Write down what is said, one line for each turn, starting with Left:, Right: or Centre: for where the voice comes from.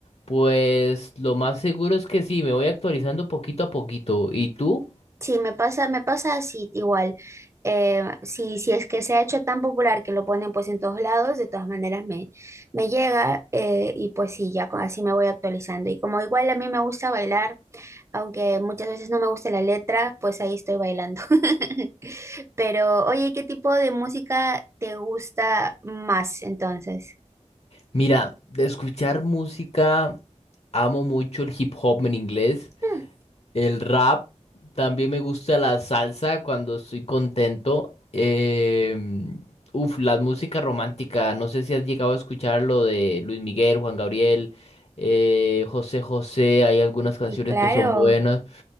Left: pues lo más seguro es que sí, me voy actualizando poquito a poquito. ¿Y tú?
Right: Sí, me pasa, me pasa así igual. Eh, si, si es que se ha hecho tan popular que lo ponen pues en todos lados, de todas maneras me, me llega eh, y pues sí, ya co- así me voy actualizando. Y como igual a mí me gusta bailar, aunque muchas veces no me gusta la letra, pues ahí estoy bailando. <laughs> Pero oye, ¿qué tipo de música te gusta más entonces?
Left: Mira, de escuchar música, amo mucho el hip hop en inglés.
Right: Mm,
Left: El rap, también me gusta la salsa cuando estoy contento. em, uf, la música romántica, no sé si has llegado a escuchar lo de Luis Miguel, Juan Gabriel, eh, José José, hay algunas canciones
Right: Sí, claro.
Left: que son buenas,